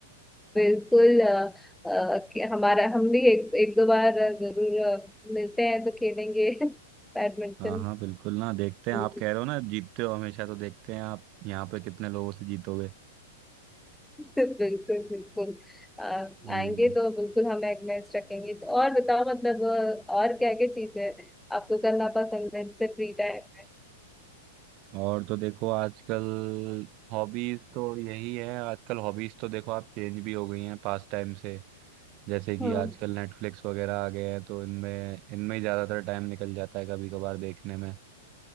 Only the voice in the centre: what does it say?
बिल्कुल अ, अ, कि हमारा हम भी एक, एक दो बार जरूर अ, मिलते हैं तो खेलेंगे <laughs> बैडमिंटन
बिल्कुल
बिल्कुल अ,
आएंगे तो बिल्कुल हम एक मैच रखेंगे तो और बताओ मतलब अ, और क्या क्या चीजें आपको करना पसंद है जैसे फ्री टाइम में
हम्म